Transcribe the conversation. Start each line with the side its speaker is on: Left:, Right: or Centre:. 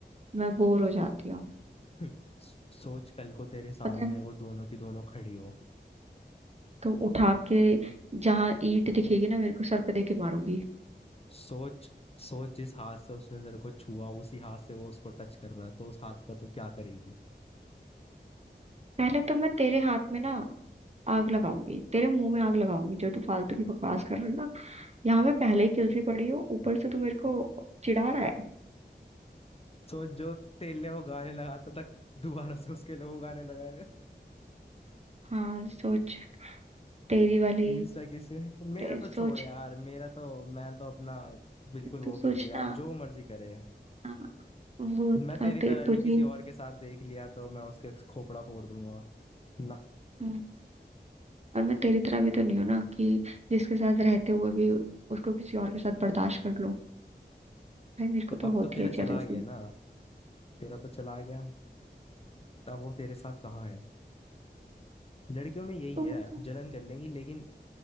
Right: मैं बोर हो जाती हूँ
Left: <laughs> सोच कल को तेरे सामने
Right: पता है
Left: वो दोनों की दोनों खड़ी हो
Right: तो उठा के जहाँ ईंट दिखेगी ना मेरे को सर पे दे के मारूंगी
Left: सोच सोच जिस हाथ से उसने तेरे को छुआ उसी हाथ से वो उसको टच कर रहा है तो उस हाथ का तू क्या करेगी
Right: पहले तो मैं तेरे हाथ में ना आग लगाऊंगी तेरे मुंह में आग लगाऊंगी जो तू फालतू की बकवास कर रही है ना यहाँ मैं पहले ही किलसी पड़ी हूँ ऊपर से तू मेरे को चिढ़ा रहा है
Left: सोच जो तेले वो गाने लगाता था दोबारा से उसके लिए वो गाने लगाएगा
Right: हाँ सोच तेरी वाली
Left: इंस्टा किसे मेरा
Right: ते,
Left: तो छोड़
Right: सोच
Left: यार मेरा तो मैं तो अपना बिल्कुल वो
Right: तू
Left: कर
Right: सोचना
Left: दिया आप जो मर्जी करे
Right: हाँ वो
Left: मैं
Right: था,
Left: तेरी
Right: ते,
Left: तरह
Right: तुझे
Left: नहीं किसी और के साथ देख लिया तो मैं उसके खोपड़ा फोड़ दूंगा ना
Right: हम्म, और मैं तेरी तरह भी तो नहीं हूं ना कि जिसके साथ रहते हुए भी उसको किसी और के साथ बर्दाश्त कर लूं भाई मेरे
Left: तो
Right: को
Left: अब
Right: तो होती
Left: तो तेरा
Right: है
Left: चला
Right: जेलसी
Left: गया ना तेरा तो चला गया तब वो तेरे साथ कहाँ है लड़कियों में यही
Right: तुम
Left: है
Right: का-
Left: जलन कर लेंगी लेकिन